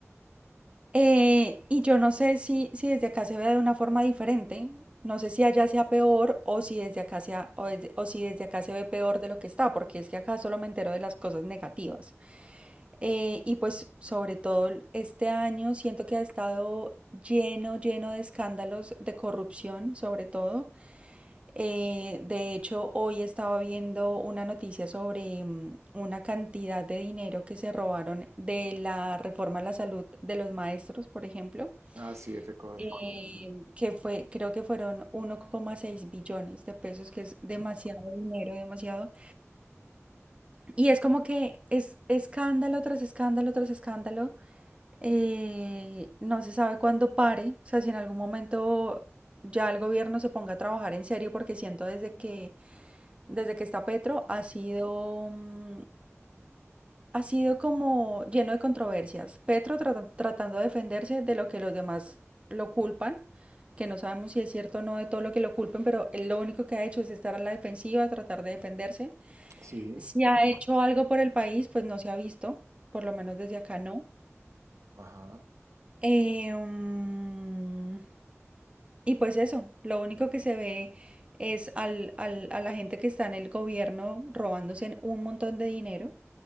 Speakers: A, on the right; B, on the right.
A: Eh, y yo no sé si, si desde acá se vea de una forma diferente, no sé si allá sea peor o si desde acá sea, o, desde- o si desde acá se ve peor de lo que está, porque es que acá solo me entero de las cosas negativas. Eh, y pues sobre todo este año siento que ha estado lleno, lleno de escándalos de corrupción, sobre todo. Eh, de hecho, hoy estaba viendo una noticia sobre mm, una cantidad de dinero que se robaron de la reforma a la salud de los maestros, por ejemplo
B: Ah, sí, FCODE.
A: eh, que fue, creo que fueron 1,6 billones de pesos, que es demasiado dinero, demasiado. Y es como que es escándalo tras escándalo tras escándalo. eh, no se sabe cuándo pare, o sea, si en algún momento ya el gobierno se ponga a trabajar en serio, porque siento desde que, desde que está Petro ha sido, mm, ha sido como lleno de controversias. Petro trata- tratando de defenderse de lo que los demás lo culpan, que no sabemos si es cierto o no de todo lo que lo culpen, pero él lo único que ha hecho es estar a la defensiva, tratar de defenderse.
B: Sí,
A: Si ha hecho algo por el país, pues no se ha visto, por lo menos desde acá no.
B: ajá.
A: Eh, mm, y pues eso, lo único que se ve es al, al- a la gente que está en el gobierno robándose un montón de dinero.